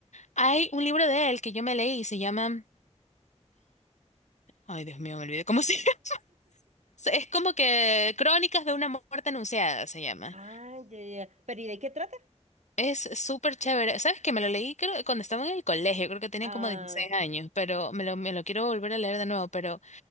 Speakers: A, on the left; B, on the right.
A: Hay un libro de él que yo me leí y se llama... Ay, Dios mío, me olvidé cómo se llama. <laughs> Es como que Crónicas de una muerte anunciada se llama.
B: Ah, ya, ya. ya. ¿Pero y de qué trata?
A: Es súper chévere. ¿Sabes que Me lo leí creo, cuando estaba en el colegio, creo que tenía
B: Ah,
A: como 16 años, pero me lo, me lo quiero volver a leer de nuevo, pero...